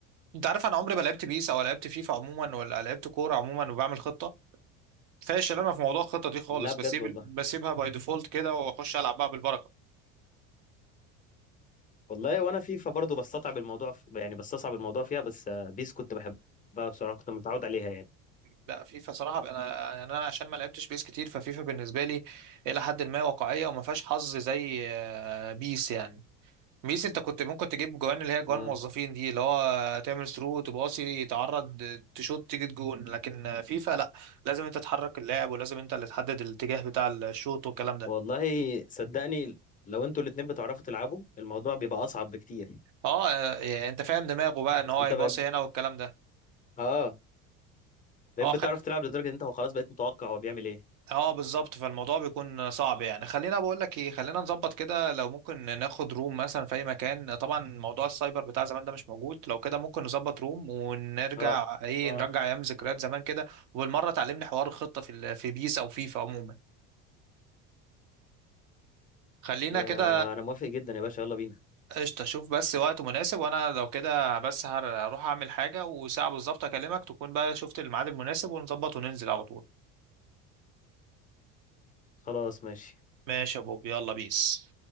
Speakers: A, on the right (about 65°); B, on the left (about 25°).
A: انت عارف انا عمري ما لعبت بيس او لعبت فيفا عموما ولا لعبت كورة عموما وبعمل خطة فاشل انا في موضوع الخطة دي خالص
B: لا بجد
A: بسيب
B: والله
A: بسيبها باي ديفولت كده واخش العب بقى بالبركة
B: والله وانا فيفا برضه بستصعب الموضوع ف- يعني بستصعب الموضوع فيها بس آه، بيس كنت بحبها بصراحه كنت متعود عليها يعني
A: لا فيفا صراحه بقى انا يعني انا عشان ما لعبتش بيس كتير ففيفا بالنسبه لي الى حد ما واقعيه وما فيهاش حظ زي آه، بيس يعني بيس انت كنت ممكن تجيب جوان اللي هي جوان
B: اه
A: موظفين دي اللي هو تعمل ثرو تباصي تعرض تشوت تيجي جون لكن آه، فيفا لا لازم انت تحرك اللاعب ولازم انت اللي تحدد الاتجاه بتاع الشوط والكلام ده
B: والله صدقني لو انتوا الاتنين بتعرفوا تلعبوا الموضوع بيبقى اصعب بكتير
A: اه آه، انت فاهم دماغه بقى ان
B: بس
A: هو
B: انت
A: يباصي
B: بقى
A: هنا والكلام ده
B: اه بقيت
A: اه
B: بتعرف تلعب لدرجة ان انت خلاص بقيت متوقع هو بيعمل ايه
A: اه بالظبط فالموضوع بيكون صعب يعني خلينا بقول لك ايه خلينا نظبط كده لو ممكن ناخد روم مثلا في اي مكان طبعا موضوع السايبر بتاع زمان ده مش موجود لو كده ممكن نظبط روم ونرجع
B: اه
A: ايه
B: اه
A: نرجع ايام ذكريات زمان كده وبالمره تعلمني حوار الخطه في ال- في بيس او فيفا عموما خلينا
B: يا
A: كده
B: انا موافق جدا يا باشا يلا بينا
A: قشطه شوف بس وقت مناسب وانا لو كده بس هر- هروح اعمل حاجه وساعه بالظبط اكلمك تكون بقى شفت الميعاد المناسب ونظبط وننزل على طول
B: خلاص ماشي
A: ماشي يا بوب يلا بيس